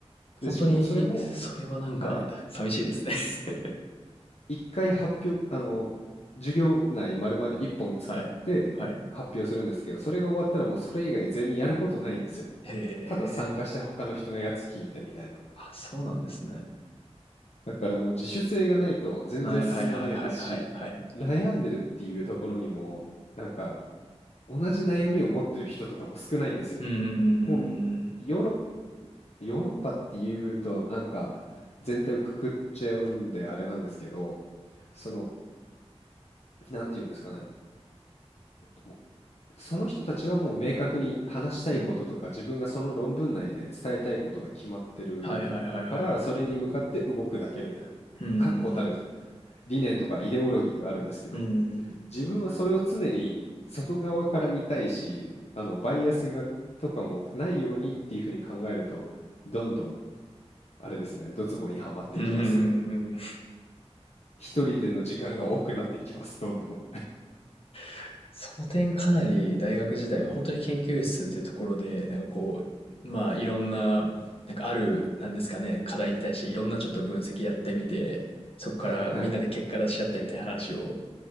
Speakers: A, on the left; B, on the left.
A: 本当に、
B: で、しかもそれも、
A: それはなんか、
B: はい。
A: 寂しいですね。<laughs>
B: 1回発表、あの、授業内丸々1本使って発表するんですけど、
A: はい。はい。
B: それが終わったらもうそれ以外ゼミやることないんですよ。
A: へえ。
B: ただ参加して他の人のやつ聞いてみたいな。
A: あ、そうなんですね。
B: だからもう自主性がないと全然進まないですし、
A: はいはいはいはいはいはい。
B: 悩んでるっていうところにも、なんか同じ悩みを持ってる人とかも少ないんですよ。
A: うんうん
B: もうヨーロッ、ヨーロッパっていうとなんか全体をくくっちゃうんであれなんですけど、その、なんていうんですかね、もうその人たちはもう明確に話したいこととか自分がその論文内で伝えたいことが決まってるからそれに向かって動くだけみたいな確固たる
A: うんうんうんうん。はいはいはいはいはい。うん
B: 理念とかイデオロギーがあるんですけど
A: うんうん。
B: 自分はそれを常に外側から見たいしあのバイアスがとかもないようにっていうふうに考えるとどんどんあれですねドツボにはまっていきますね
A: うんうんうんうんうんうん。
B: 一人での時間が多くなっていきますどんどん
A: <laughs> その点かなり大学時代は本当に研究室っていうところで、なんかこう、まあいろんな、なんかある、なんですかね、課題に対していろんなちょっと分析やってみて、そこからみんなで結果出し合ってみたいな話を、
B: はいはい